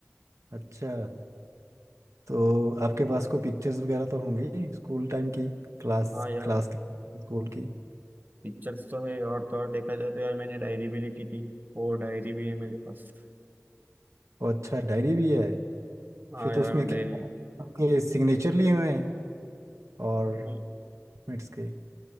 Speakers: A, on the right; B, on the right.
A: अच्छा तो आपके पास कोई पिक्चर्स वगैरह तो होंगी स्कूल टाइम की क्लास
B: हाँ यार
A: क्लास की स्कूल की
B: पिक्चर्स तो है और तो और देखा जाए तो यार मैंने डायरी भी लिखी थी वो डायरी भी है मेरे पास
A: और अच्छा डायरी भी है
B: हाँ
A: फिर तो
B: यार
A: उसमें
B: मैं डायरी
A: क्या आपके सिग्नेचर लिए हुए हैं और
B: नहीं
A: मिनट्स के